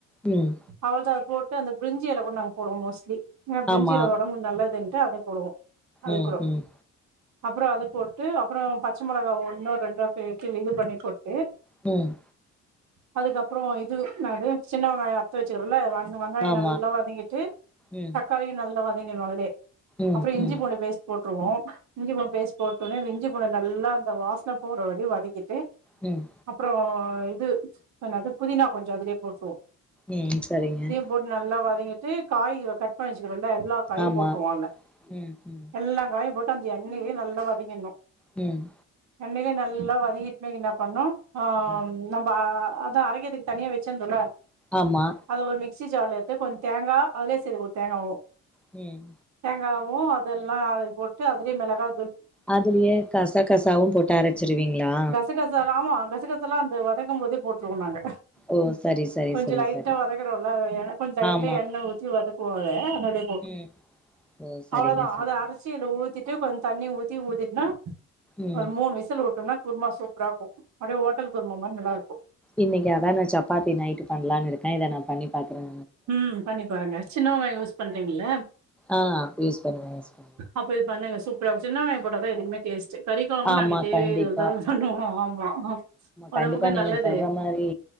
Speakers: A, in the centre; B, on the right (about 65°).
A: ம்
B: அவ்ளதா அது போட்டு அந்த பிரிஞ்சியில கூட நாங்க போவோ மோஸ்ட்லி ஏ பிரிஞ்சியெல
A: ஆமா
B: ஒடம்புக்கு நல்லது இல் ட்டு அத போடுவோ அது
A: ம்
B: கூடோ
A: ம்
B: அப்றோ அது போட்டு அப்றோ பச்ச மொளகா ஒண்ணோ ரெண்டோ அ கிள்ளி இது பண்ணி போட்டு
A: ம்
B: அதுக்கப்றோ இது என்னாது சின்ன வெங்காயோ த்து வச்சுக்கிறோம்ல வெங்காயோ
A: ஆமா
B: நல்லா வதங்கிட்டு
A: ம் ம்
B: தக்காளியு நல்லா வதங்கணு அதுலே
A: ம்
B: அப்புறோ இஞ்சி
A: ம்
B: பூண்டு பேஸ்ட் போட்டுருவோ இஞ்சி பூண்டு பேஸ்ட் போட்டுனே இஞ்சி பூண்டு நல்லா அந்த வாசன போற வரையு வதக்கிட்டு
A: ம்
B: அப்றோ இது என்னாது புதினா கொஞ்சோ அதுலயே போட்ருவோ
A: ம் செரிங்க
B: போட்டு நல்லா வதங்கிட்டு காயி வ கட் பண்ணி வச்சிக்கரோல எல்லா காயு
A: ஆமா
B: போட்டு தொவால
A: ம் ம்
B: எல்லா காயு போட்டு அந்த எண்ணெயிலே நல்லா வதக்கிணு
A: ம்
B: எண்ணையிலே நல்லா வதங்கிட்னா என்னா பண்ணு ம் ஆ
A: ம்
B: நம்ம அ அத அரை ரதுக்கு தனியா வச்சுருந்துல
A: ஆமா
B: அத ஒரு மிக்சி ஜார்ல எடுத்து கொஞ்சோ தேங்கா அதுலே சேத்துகோ தேங்காவு
A: ம்
B: தேங்காவு அதெல்லா அது போட்டு அதுலேயே மிளகா
A: அதுலேயே கசா கசாவு போட்டு அரச்சிருவீங்ளா
B: கசகசா ஆமா கசகாசல்லா அந்து வதக்கும் போதே போட்டுருவோ நாங்க
A: ஓ சரி சரி
B: கொஞ்சோ
A: சரி
B: லைட்டா
A: சரி
B: வதக்குறோல அத கொஞ்சோ லைட்டா
A: ஆமா
B: எண்ணெய் ஊத்தி வதக்குவோ அத <unintelligible>
A: ம் ஓ சரிங்க
B: அவ்ளோதா
A: சரிங்க
B: அது அரிசியில ஊத்திட்டு கொஞ்சோ தண்ணி ஊத்தி ஊத்திட்னா
A: ம்
B: ஒரு மூணு விசில் விட்டோம்னா குருமா சூப்பரா இருக்கு அப்டியே ஹோட்டல் குருமா மாரி நல்லா இருக்கு
A: இன்னைக்கி அத நா சப்பாத்தி நைட் பண்லானு இருக்கே இத நா பண்ணி பாக்குறே
B: ம் பண்ணி பாருங்க சின்னவெங்கயு யூஸ் பண்றீங்கள
A: ஆ யூஸ் பண்ணுவ யூஸ் பண்ணுவ
B: அப்போ இது பண்ணுங்க சூப்பரா சின்ன வெங்காயோ போட்டாதா எதுக்குமே டேஸ்டு கறிகொழம்பு
A: ஆமா
B: நாங்க இதே
A: கண்டிப்பா
B: இதுலதா பண்ணணு ஆமா ஒடம்புக்கு
A: கண்டிப்பா நீங்க
B: நல்லது
A: சொல்ற மாரி